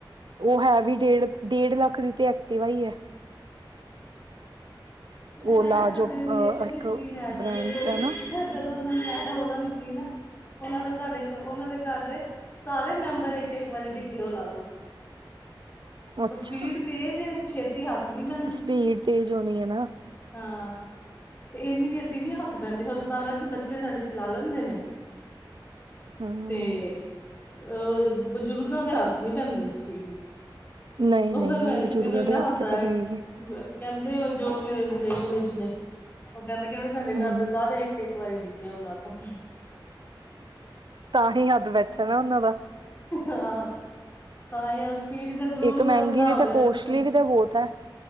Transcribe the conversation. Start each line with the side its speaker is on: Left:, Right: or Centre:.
Right: ਉਹ ਹੈ ਵੀ ਡੇਢ-ਡੇਢ ਲੱਖ ਦੀ। ਤੇ ਐਕਟਿਵਾ ਹੀ ਹੈ।
Left: ਹੈ
Right: ਓਲਾ
Left: ਸਾਡੇ
Right: ਜੋ ਅ
Left: ਰਿਲੇਸ਼ਨ
Right: ਇੱਕ
Left: ਵਿਚ ਵੀ ਹੈ,
Right: ਬ੍ਰੈਂਡ
Left: ਕਿਸੇ ਕੋਲ
Right: ਹੈ
Left: ਵੀ
Right: ਨਾ
Left: ਜਦੋਂ ਉਹਨਾਂ ਨੇ ਆ ਉਹਲਾ ਦਿੱਤੀ ਨਾ, ਔਨਾਂ ਦੇ ਸਾਡੇ ਔਨਾ ਦੇ ਘਰ ਦੇ ਸਾਰੇ ਮੈਂਬਰ ਏਕ-ਏਕ ਵਾਰੀ ਡਿੱਗੇ ਔਲਾ ਤੋ।
Right: ਅੱਛਾ
Left: ਔ ਸਪੀਡ ਤੇਜ਼ ਐ, ਛੇਤ ਤੀ ਹੱਥ ਨੀ ਮੈਂ
Right: ਸਪੀਡ ਤੇਜ ਹੋਣੀ ਏ ਨਾ।
Left: ਹਾਂ, ਤੇ ਏਨੀ ਛੇਤੀ ਨੀ ਹੱਥ ਬੈੰਦੀ ਹੋਂ, ਬਾਲਾਂ ਕਿ ਬੱਚੇ ਸਾਡੇ ਚਲਾ ਲੈਂਦੇ ਨੇ।
Right: ਹਮ
Left: ਤੇ ਅਹਦੇ ਬਜ਼ੁਰਗਾਂ ਦੇ ਹੱਥ ਨੀ ਪੈਦੀ ਸਪੀਡ।
Right: ਨਹੀਂ
Left: ਔ
Right: ਨਹੀਂ
Left: ਫੇਰ ਮੈਂ
Right: ਬਜ਼ੁਰਗਾਂ
Left: ਮੈਨੂੰ ਏਡਾ
Right: ਦੇ ਹੱਥ
Left: ਹਾਸਾ
Right: ਕਿਤੇ
Left: ਆਏ।
Right: ਪਏਗੀ
Left: ਵ ਕੈੰਦੇ ਜੋ ਮੇਰੇ ਰਿਲੇਸ਼ਨ ਵਿਚ ਨੇ, ਓਹ ਕੈੰਦੇ ਕੈੰਦੇ ਸਾਡੇ ਘਰ
Right: ਹਮ
Left: ਦੇ ਸਾਰੇ ਏਕ-ਏਕ ਇੱਕ ਵਾਰੀ ਡਿੱਗੇ ਆ ਔਲਾ ਤੋ।
Right: ਤਾਂ ਹੀ ਹੱਦ ਬੈਠਾ ਨਾ ਔਨਾਂ ਦਾ।
Left: ਆਹ ਤਾਂ ਹੀ ਆ ਸਪੀਡ ਕੰਟਰੋਲ
Right: ਇੱਕ ਮਹਿੰਗੀ
Left: ਕਰਨ ਦਾ
Right: ਵੀ
Left: ਆ
Right: ਤੇ
Left: ਗਿਆ
Right: ਕੋਸਟਲੀ
Left: ਸਿਸਟਮ
Right: ਵੀ ਤੇ ਬਹੁਤ ਹੈ